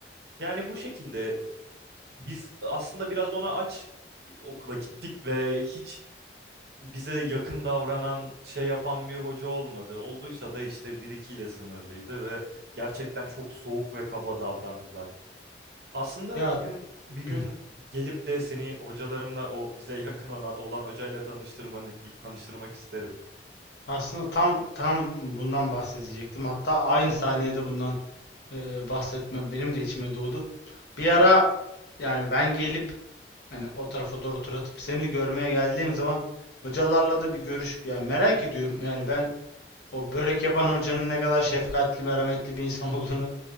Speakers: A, on the right; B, on the left.
A: Yani bu şekilde biz aslında biraz ona aç e, okula gittik ve hiç bize yakın davranan, şey yapan bir hoca olmadı. Olduysa da işte bir ikiyle sınırlıydı ve gerçekten çok soğuk ve kaba davrandılar. Aslında
B: Ya
A: bir gün bir gün
B: hı,
A: gelip de seni hocalarımla o bize yakın ona- olan hocayla tanıştırmanı tanıştırmak isterim.
B: aslında tam tam bundan bahsedecektim. Hatta aynı saniyede bundan e, bahsetme benim de içime doğdu. Bir ara yani ben gelip hani o tarafa doğru tur atıp seni görmeye geldiğim zaman hocalarla da bir görüşüp yani merak ediyorum. Yani ben o börek yapan hocanın ne kadar şefkatli, merhametli bir insan <laughs> olduğunu